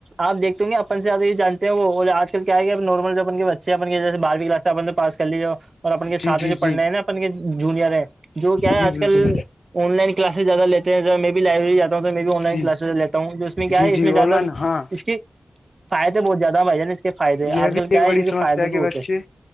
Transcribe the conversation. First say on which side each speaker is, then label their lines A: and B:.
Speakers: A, on the right (about 60°); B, on the left (about 75°).
A: آ دیکھتے گے اپن سےیا یہ جانتے ہیں وہ آجل کیا ہے نارمل جو اپن کے بچے اپن جیس بار کی کلاس اپن پاس کر لیجیاؤ اور اپن کے
B: جی
A: سھ میں
B: جی
A: جو پڑھنا
B: جی
A: ہے نا اپن کے جونئر ہیں جو کیا ہے
B: جی
A: آج
B: بالکل
A: کل آن لائن کلاسز زیادہ لیتے ہیںب میں بھی لائبری جا ہوں تو میں بھی آن لائن
B: جی
A: کلاسز لیتا ہوں جو میں کیا
B: جی
A: ہے اس
B: جی
A: میں زیادہ
B: آن لائن ہاں
A: اس کی فائدے بہت زیادہ بھائی جان اس کے فائدے
B: یہ
A: آج
B: بھی
A: کل کیا
B: ایک بڑی
A: ہے ان
B: سمسیا
A: کے فائدے
B: ہے
A: بھی
B: کہ
A: ہوتے
B: بچے
A: ہیں